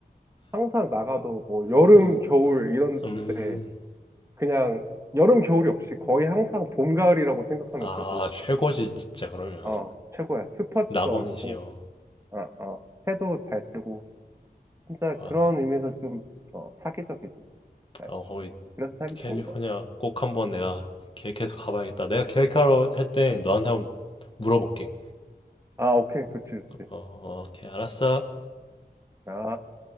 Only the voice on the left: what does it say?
어.
음.
아,
최고지 진짜 그러면.
낙원이지요.
아,
나-
아, 거기
캘리포니아
꼭 한번 내가 계획해서 가봐야겠다. 내가 계획하러 할 때 너한테 한번 물어볼게.
어, 오케이, 알았어.